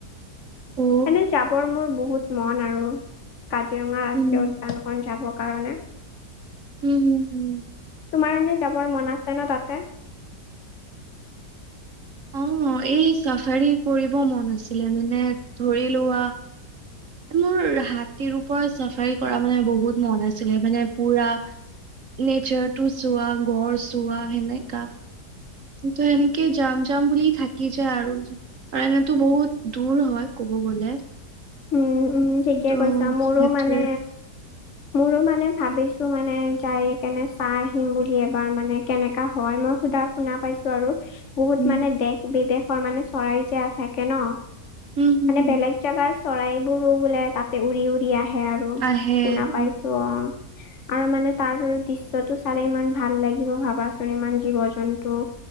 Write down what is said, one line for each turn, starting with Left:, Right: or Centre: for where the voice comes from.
Right: অ
Left: এনে যাবৰ মোৰ বহুত মন আৰু কাজিৰঙা ৰাষ্ট্ৰীয়
Right: উম
Left: উদ্যান খন যাব কাৰণে।
Right: উম, উম,
Left: তোমাৰ এনে যাবৰ মন আছে ন তাতে?
Right: অ, এই চাফাৰী কৰিব মন আছিলে মানে ধৰি লোৱা, মোৰ হাতীৰ ওপৰত চাফাৰী কৰা মানে বহুত মন আছিলে, মানে পুৰা নেচাৰটো চোৱা গড় চোৱা সেনেকা। তু সেনেকে জাম-জাম বুলি থাকি যায় আৰু। আৰু এনেতো বহুত দূৰ হয় ক'ব গলে।
Left: উম, উম, ঠিকে
Right: ত'
Left: কৈছা মোৰো
Right: সেইটোৱে
Left: মানে মোৰো মানে ভাবিছো মানে যাই কেনে চাই আহিম বুলি এবাৰ মানে কেনেকা হয় মই সোধা। শুনা পাইছো আৰু। বহুত
Right: উম।
Left: মানে দেশ বিদেশৰ মানে চৰাই যে থাকে ন'
Right: উম হম
Left: মানে বেলেগ জেগাৰ চৰাইবোৰো বোলে তাতে উৰি-উৰি আহে আৰু
Right: আহে
Left: শুনা পাইছো।
Right: <unintelligible>
Left: অ'। আৰু মানে তাৰ দৃশ্যটো চালে ইমান ভাল লাগিব ভাবাচোন ইমান জীৱ-জন্তু,